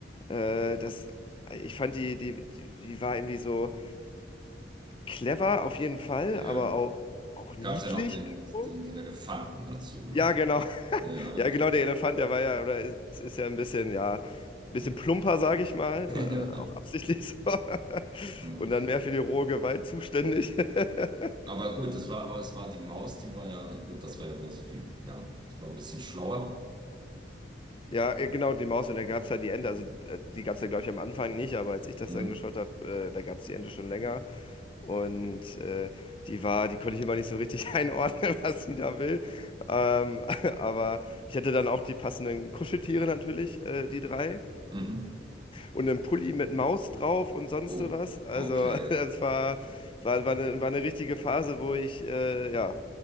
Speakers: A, on the left; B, on the right.
A: äh, das, ich fand die, die, die, die war irgendwie so clever auf jeden Fall,
B: Ja.
A: aber auch, auch niedlich
B: Gab es ja noch den,
A: irgendwo.
B: den, den Elefanten dazu, ne?
A: Ja, genau.
B: Ja,
A: Ja,
B: okay.
A: genau, der Elefant, der war ja, oder ist, ist ja ein bisschen, ja, ein bisschen
B: Ja.
A: plumper,
B: <laughs>
A: sage ich mal, äh,
B: Ja.
A: äh, auch absichtlich so. <laughs>
B: Mhm.
A: Und dann mehr für die rohe Gewalt zuständig. <laughs>
B: Aber gut, das war, aber es war die Maus, die war ja, das war ja mehr so die, ja, die war ein bisschen schlauer.
A: Ja, äh, genau, die Maus und da gab es ja die Ente, also äh, die gab es ja, glaube ich, am Anfang nicht, aber als ich das
B: Mhm.
A: dann geschaut habe, äh, da gab es die Ente schon länger. Und äh, die war, die konnte ich immer nicht so richtig <laughs> einordnen, was sie da will. Ähm, <laughs> aber ich hatte dann auch die passenden Kuscheltiere natürlich, äh, die drei.
B: Mhm.
A: und einen Pulli mit Maus drauf und sonst
B: Oh,
A: sowas. Also,
B: okay.
A: <laughs> das war, war, war eine, war eine richtige Phase, wo ich, äh, ja,